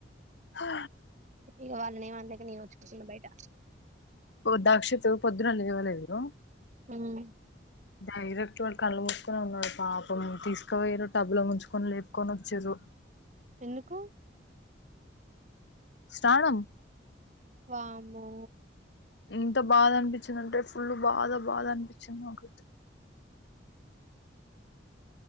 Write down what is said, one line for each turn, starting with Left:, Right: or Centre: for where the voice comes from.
Left: హా
Right: ఇగ వాళ్ళనేమనలేక నేనే ఒచ్చికుస్తున్నా బయట
Left: ఓ దాక్షిత్ పొద్దున లే ఇవ్వలేదు
Right: మ్
Left: డైరెక్ట్ వాడు కళ్ళ పోసుకనే ఉన్నాడు పాపం తీసుకువయరు టబ్ లో ముంచుకొని లేప్కొని ఒచ్చిర్రు
Right: ఎందుకు
Left: స్నానమ్
Right: వామ్మో
Left: ఎంత బాధ అనిపించింది అంటే ఫుల్ బాధ బాధ అనిపించింది నాకు